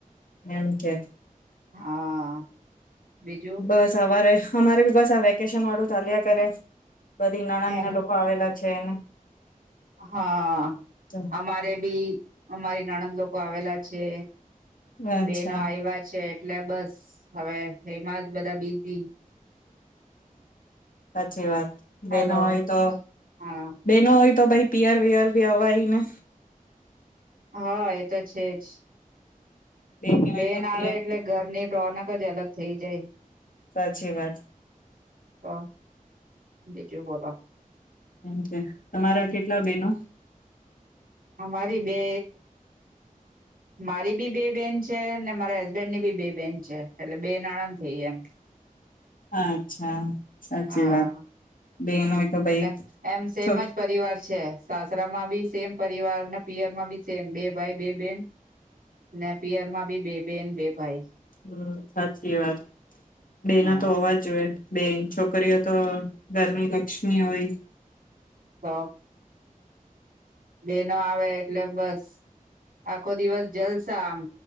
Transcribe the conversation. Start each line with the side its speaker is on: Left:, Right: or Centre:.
Left: એમ કે
Right: હા બીજું
Left: બસ અરે અમારે ભી બસ હવે વેકેશન વાળું ચાલ્યા કરે. બધી નણંદ
Right: એમ
Left: ને લોકો આવેલા છે ને
Right: હા,
Left: તો
Right: અમારે બી અમારી નણંદ લોકો આવેલા છે
Left: અચ્છા
Right: બેનો આવ્યા છે એટલે બસ હવે એમાં જ બધા બિઝી.
Left: સાચી વાત
Right: હલો
Left: બેનો હોય તો,
Right: હા
Left: બેનો હોય તો ભાઈ પિયર વિયર ભી અવાયને.
Right: હા એ તો છે જ.
Left: બેની
Right: બેન
Left: હોય તો
Right: આવે
Left: પિયર
Right: એટલે ઘરની રોનક એક જ અલગ થઈ જાય.
Left: સાચી વાત.
Right: તો બેજું બોલો.
Left: એમ કે તમારા કેટલા બેનો
Right: આ મારી બે મારી બી બે બેન છે મારા હસબેન્ડ ની બી બેન છે એટલે બે નણંદ થઈ એમ.
Left: અચ્છા. સાચી
Right: હા
Left: વાત બેન હોય તો ભાઈ
Right: એટ એમ સેમ
Left: છો
Right: જ પરિવાર છે. સાસરા માં બી સેમ પરિવાર ને પિયર માં બી સેમ બે ભાઈ બે બેન ને પિયર માં બી બે બેન બે ભાઈ
Left: હમ્મ, સાચી વાત બે
Right: હા
Left: ના તો હોવાજ જોઈએ. બે છોકરીઓ તો ઘરની લક્ષ્મી હોય.
Right: હા. બેનો આવે એટલે બસ આખો દિવસ જલસા આમ